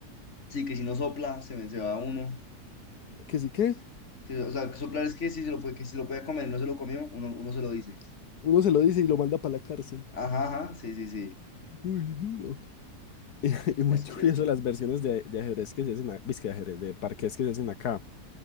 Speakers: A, on the left; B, on the left.
A: Sí, que si no sopla, se, me- se va uno.
B: Que sí qué?
A: Sí, o sea, que soplar es que si se lo puede, que si lo puede comer, no se lo comió, uno, uno se lo dice.
B: uno se lo dice y lo manda para la cárcel.
A: Ajá, ajá, sí, sí, sí.
B: Muy duro. <laughs> Y muy
A: Es
B: curioso
A: chévere, chévere.
B: las versiones de, de ajedrez que se hacen, a- es que de ajedrez, de parqués que se hacen acá,